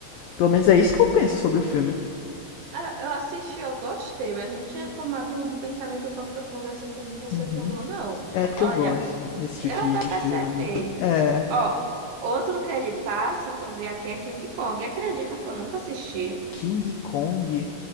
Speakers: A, on the left; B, on the right.
A: Pelo menos é isso que eu penso sobre o filme.
B: ah, eu assisti, eu gostei, mas não tinha tomado um pensamento tão profundo assim como você
A: Uhum.
B: tomou, não.
A: É porque
B: Olha,
A: eu gosto desse
B: Eu
A: tipo de-
B: tô
A: de
B: percebendo.
A: filme. É.
B: Ó, outro que ele passa que eu vi aqui é King Kong. Acredita que eu nunca assisti?
A: King Kong?